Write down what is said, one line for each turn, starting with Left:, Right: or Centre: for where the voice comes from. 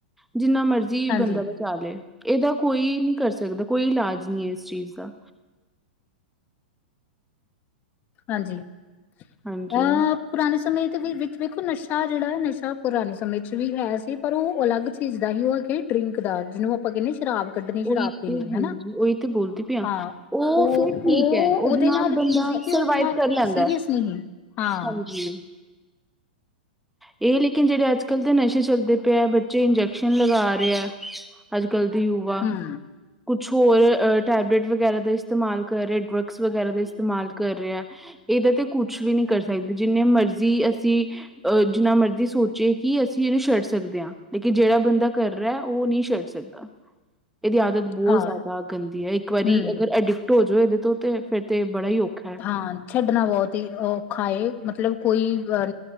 Centre: ਜਿੰਨਾ ਮਰਜ਼ੀ ਜੀ
Left: ਹਾਂਜੀ
Centre: ਬੰਦਾ ਬਚਾ ਲੇ ਇਦਾ ਕੋਈ ਨੀ ਕਰ ਸਕਦਾ ਕੋਈ ਇਲਾਜ ਨੀ ਐ ਇਸ ਚੀਜ਼ ਦਾ।
Left: ਹਾਂਜੀ, <unintelligible>
Centre: ਹਾਂਜੀ।
Left: ਪੁਰਾਨੇ ਸਮੇਂ ਦੇ ਵਿ ਵਿੱਚ ਵੇਖੋ ਨਸ਼ਾ ਜੜਾ ਏ ਨਸ਼ਾ ਪੁਰਾਨੇ ਸਮੇਂ ਚ ਵੀ ਹੈ ਸੀ ਪਰ ਓ ਅਲੱਗ ਇਸ ਦਾ ਵੀ <unintelligible> ਡਰਿੰਕ ਦਾ ਜਿਨੂੰ ਅਪਾਂ ਕੈਨੇ ਆ ਸ਼ਰਾਬ ਕੱਢਣੀ
Centre: ਉਹੀ
Left: ਸ਼ਰਾਬ
Centre: ਤੇ
Left: ਪੀਨੀ ਹੈਨਾ,
Centre: ਹਾਂਜੀ ਉਹੀ ਤੇ ਬੋਲਦੀ ਪਈ ਆ
Left: ਹਾਂ।
Centre: ਉਹ
Left: ਓ,
Centre: ਫੇਰ ਠੀਕ
Left: ਓ
Centre: ਹੈ ਉਹਦੇ
Left: ਓਦੇ ਨਾਲ
Centre: ਬੰਦਾ
Left: ਕੀ ਸੀ ਕਿ
Centre: ਸਰਵਾਈਵ
Left: ਓਦੇ ਨਾਲ
Centre: ਕਰ ਲੈਂਦਾ
Left: ਸੀਰੀਅਸ
Centre: ਹੈ।
Left: ਨੀ ਹੀ, ਹਾਂ।
Centre: ਹਾਂਜੀ ਇਹ ਲੇਕਿਨ ਜਿਹੜੇ ਅੱਜ-ਕੱਲ੍ਹ ਦੇ ਨਸ਼ੇ ਚੱਲਦੇ ਪਏ ਬੱਚੇ ਇੰਜੈਕਸ਼ਨ ਲਗਾ ਰਹੇ ਐ। ਅੱਜ-ਕੱਲ੍ਹ ਦੇ ਯੁਵਾ
Left: ਹੂੰ।
Centre: ਕੁਛ ਹੋਰ ਟੈਬਲੇਟ ਵਗੈਰਾ ਦਾ ਇਸਤੇਮਾਲ ਕਰ ਰਹੇ ਡਰਗਸ ਵਗੈਰਾ ਦਾ ਇਸਤੇਮਾਲ ਕਰ ਰਿਹਾ। ਇਹਦੇ ਤੇ ਕੁੱਛ ਵੀ ਨੀ ਕਰ ਸਕਦੇ ਜਿੰਨੇ ਮਰਜ਼ੀ ਅਸੀਂ ਅਹ ਜਿੰਨਾ ਮਰਜ਼ੀ ਸੋਚੇ ਕਿ ਅਸੀਂ ਇਹਨੂੰ ਛੱਡ ਸਕਦੇ ਹਾਂ। ਲੇਕਿਨ ਜਿਹੜਾ ਬੰਦਾ ਕਰ ਰਿਹਾ ਉਹ ਨਹੀਂ ਛੱਡ ਸਕਦਾ ਇਹਦੀ ਆਦਤ ਬਹੁਤ
Left: ਹਾਂ
Centre: ਜ਼ਿਆਦਾ ਗੰਦੀ ਹੈ ਇੱਕ ਵਾਰੀ
Left: ਹਮ
Centre: ਅਗਰ ਅਡਿਕਟ ਹੋ ਜਾਓ ਇਹਦੇ ਤੋਂ ਤੇ ਫੇਰ ਤੇ ਬੜਾ ਹੀ ਔਖਾ ਐ।
Left: ਹਾਂ ਛੱਡਣਾ ਬਹੁਤ ਹੀ ਔਖਾ ਏ ਮਤਲਬ ਕੋਈ ਅ